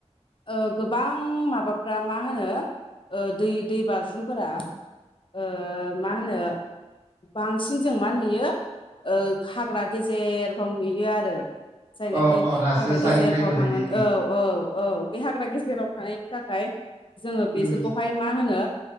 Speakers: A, on the left; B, on the right.
A: ओ गोबां माबाफ्रा मा होनो दै दै बाज्रुमफोरा ओ मा होनो बांसिन जों मा नुयो ओ हाग्रा गेजेरफ्राव नुयो आरो जायनाखि
B: अ अ हाजो
A: हाग्रा
B: सानिफ्राय
A: गेजेरफ्राव
B: बोहैबाय
A: थाङोना औ औ औ बे हाग्रा गेजेराव थानायनि थाखाय जोङो
B: उम
A: बिसोरखौहाय मा होनो